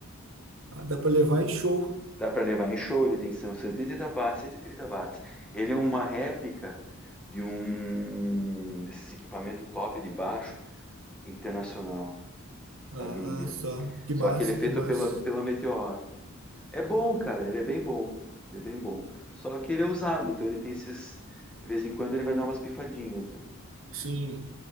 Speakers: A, on the right; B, in the centre.
A: Ah, dá pra levar em show.
B: Dá para levar em show, ele tem são 130 watts, 130 watts. Ele é uma réplica de um desses equipamentos top de baixo internacional
A: Ah,
B: da gringa.
A: ah, só. Que
B: Só
A: massa,
B: que ele é feito
A: que massa.
B: pela, pela Meteoro. É bom, cara, ele é bem bom. Ele é bem bom. Só que ele é usado, então ele tem esses. De vez em quando ele vai dar umas pifadinhas, né?
A: Sim.